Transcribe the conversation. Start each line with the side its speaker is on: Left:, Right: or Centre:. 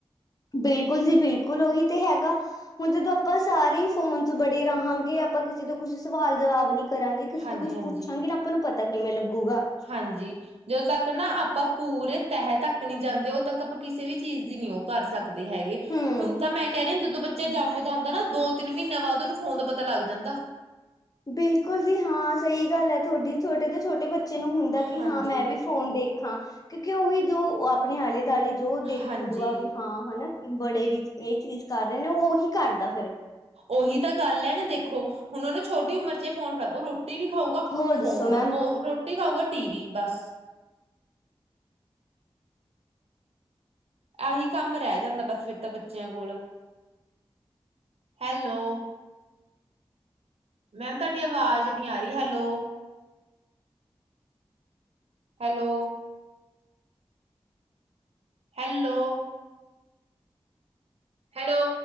Left: ਬਿਲਕੁਲ ਜੀ ਬਿਲਕੁਲ ਓਹੀ ਤੇ ਹੈਗਾ। ਹੁਨ ਜਦੋਂ ਆਪਾਂ ਸਾਰੇ ਈ ਫੋਨ 'ਚ ਬੜੇ ਰਹਾਂਗੇਂ ਆ ਪਾਂ ਕਿਸੇ ਤੋਂ ਕੁਛ ਸਵਾਲ ਜਵਾਬ ਨੀ ਕਰਾਂਗੇ,
Right: ਹਾਂਜੀ-ਹਾਂਜੀ-ਹਾਂਜੀ।
Left: ਕਿਸੇ ਤੋਂ ਕੁੱਛ ਪੁੱਛਾਂਗੇ ਨਾ ਆਪਾਂ ਨੂੰ ਪਤਾ ਕਿਵੇਂ ਲੱਗੂਗਾ।
Right: ਹਾਂਜੀ ਜਦੋਂ ਤੱਕ ਨਾ ਆਪਾਂ ਪੂਰੇ ਤਹਿ ਤੱਕ ਨੀ ਜਾਂਦੇ ਉਦ ਤੱਕ ਆਪਾਂ ਕਿਸੇ ਵੀ ਚੀਜ਼ ਦੀ ਨੀ ਓ ਕਰ ਸਕਦੇ ਹੈਗੇ।
Left: ਹੂੰ
Right: ਹੁਨ ਤਾਂ ਮੈਂ ਕੈ ਰੀ ਆਂ ਜਦੋਂ ਬੱਚਾ ਜੰਮ ਜਾਂਦੈ ਨਾ ਦੋ ਤਿੰਨ ਮੀਂਨ੍ਹੇਆਂ ਬਾਦ ਓਨੂੰ ਫੋਨ ਦਾ ਪਤਾ ਲੱਗ ਜਾਂਦਾ।
Left: ਬਿਲਕੁਲ ਜੀ, ਹਾਂ ਸਈ ਗੱਲ ਐ ਤੁਆਡੀ। ਛੋਟੇ ਤੋਂ ਛੋਟੇ ਬੱਚੇ ਨੂੰ ਹੁੰਦੈ ਕਿ
Right: ਹਾਂਜੀ
Left: ਹਾਂ ਮੈਂ ਵੀ ਫੋਨ ਦੇਖਾਂ ਕਿਉਂਕਿ ਓਵੀ ਜੋ ਆਪਣੇ ਆਲੇ ਦੁਆਲੇ ਜੋ ਦੇਖੂਗਾ
Right: ਹਾਂਜੀ
Left: ਵੀ ਹਾਂ ਹਨਾ ਬੜੇ ਵਿੱਚ ਏ ਚੀਜ਼ ਕਰ ਰਹੇ ਨੇ ਓ ਓਹੀ ਕਰਦਾ ਫੇਰ।
Right: ਓਹੀ ਤਾਂ ਗੱਲ ਐ ਨਾ ਦੇਖੋ ਹੁਨ ਓਨੂੰ ਛੋਟੀ ਉਮਰ 'ਚ ਅ ਫੋਨ ਫੜ ਓਹ ਰੋਟੀ ਵੀ ਖਾਊਗਾ
Left: ਹੋਰ ਦੱਸੋ
Right: ਫੋਨ
Left: ਮੈਮ
Right: ਮੌ ਰੋ ਟੀ ਖਾਊਗਾ ਟੀਵੀ ਬਸ। ਆਹੀ ਕੰਮ ਰੈ ਜਾਂਦਾ ਬਸ ਫਿਰ ਤਾਂ ਬੱਚਿਆਂ ਕੋਲ। ਹੈਲੋ। ਮੈਮ ਤੁਆਡੀ ਆਵਾਜ਼ ਨੀ ਆ ਰੀ, ਹੈਲੋ। ਹੈਲੋ। ਹੈਲੋ। ਹੈਲੋ।